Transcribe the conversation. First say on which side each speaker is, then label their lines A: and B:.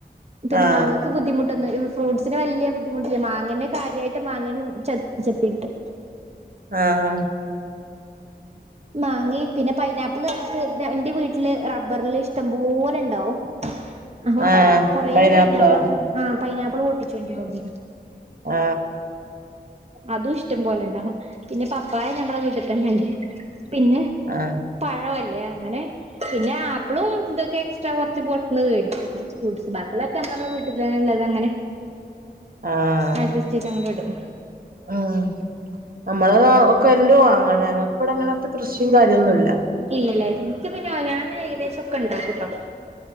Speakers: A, on the right; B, on the right.
A: പിന്നെ
B: ആഹ്
A: മാങ്ങൾക്ക് ബുദ്ധിമുട്ട് ഫ്രൂട്ടസിന് വലിയ ബുദ്ധിമുട്ടില്ല മാങ്ങെ കാര്യായിട്ട് മാങ്ങ ച ചത്തിട്ട്
B: ആഹ്
A: മാങ്ങയും പിന്നെ പൈനാപ്പി അപ്പോള് നമുക്ക് എന്റെ വീട്ടില് റബ്ബറില് ഇഷ്ടംപോലെ ഉണ്ടാവ അഹൊ
B: ആഹ്
A: കൊറേ
B: പൈനാപ്പിളോ
A: പൈനാപ്പിൾ അവിന്ന് ആ പൈനാപ്പിൾ പൊട്ടിച്ചോണ്ട അവി
B: ആ
A: അതും ഇഷ്ടം പോലെ ഉണ്ടാകും പിന്നെ പപ്പായ ഞമ്മടെ വീട്ടിൽ തന്നെ ഉണ്ട് പിന്നെ
B: ആഹ്
A: പഴല്ലേ അങ്ങനെ പിന്നെ ആപ്പിളും ഇതൊക്കെ ഇടക് കുറച്ച് പൊറത്തൂന്ന് മേടിക്കും ഫ്രൂട്ട്സ് ബാക്കിയൊള്ളതൊക്കെ നമ്മടെ വീട്ടിൽ തന്നെ ഉള്ളത് അങ്ങനെ
B: ആഹ്
A: അഡ്ജസ്റ്റ് ചെയ്ത് അങ്ങോട്ട് ഇടും
B: അഹ് നമ്മളതാ കൊല്ലോ വാങ്ങണം ഞങ്ങൾക്ക്‌ ഇവിടെ അങ്ങനത്തെ കൃഷിയും കാര്യൊന്നുമില്ല
A: ഇല്ലല്ലേ എനിക്ക് പിന്നെ ഞാൻ ഏകദേശം ഒക്കെ ഉണ്ടാക്കൂട്ടോ